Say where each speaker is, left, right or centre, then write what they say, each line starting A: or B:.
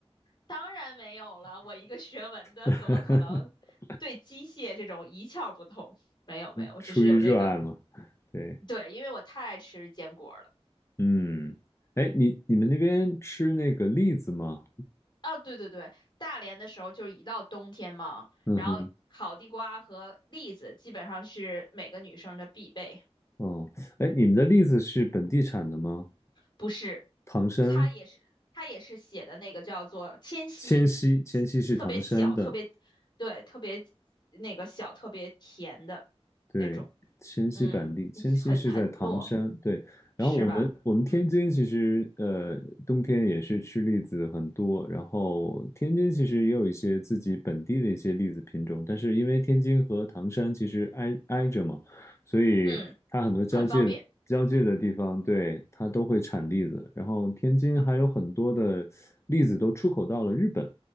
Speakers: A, on the left; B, on the left.
A: 当然没有了，我一个学文的怎么可能对机械这种一窍不通？
B: <laughs>
A: 没有没有，我只是有这个。
B: 出于热爱嘛，对。
A: 对，因为我太爱吃坚果了。
B: 嗯，哎，你你们那边吃那个栗子吗？
A: 哦，对对对，大连的时候就是一到冬天嘛，
B: 嗯哼，
A: 然后烤地瓜和栗子基本上是每个女生的必备。
B: 哦，哎，你们的栗子是本地产的吗？
A: 不是，
B: 唐山，
A: 它也是它也是写的那个叫做天溪，
B: 迁西，迁西是唐山的。
A: 特别小，特别对，特别那个小，特别甜的
B: 对，
A: 那种，
B: 迁西板栗，
A: 嗯，
B: 迁西是在唐山，
A: 很很糯，
B: 对。然后我们我们天津其实呃冬天也是吃栗子很多，
A: 是吧？嗯
B: 然后天津其实也有一些自己本地的一些栗子品种，但是因为天津和唐山其实挨挨着嘛，所以它很多交界交界的地方，
A: 嗯，很方便，
B: 对，它都会产栗子。然后天津还有很多的栗子都出口到了日本，